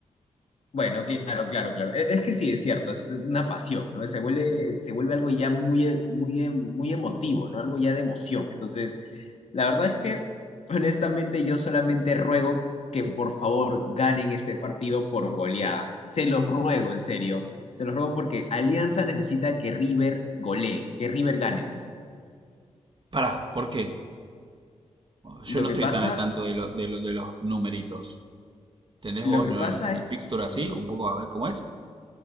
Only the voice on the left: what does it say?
bueno, claro, claro, claro, E- es, que sí, es cierto, es una pasión, ¿no? Se vuelve, se vuelve algo ya muy, e- muy, em- muy emotivo, ¿no? Algo ya de emoción, entonces... La verdad es que, honestamente, yo solamente ruego que por favor ganen este partido por goleada. Se los ruego, en serio. Se los ruego porque Alianza necesita que River golee, que River gane.
Lo
que
pasa,
lo
que
pasa
es
que,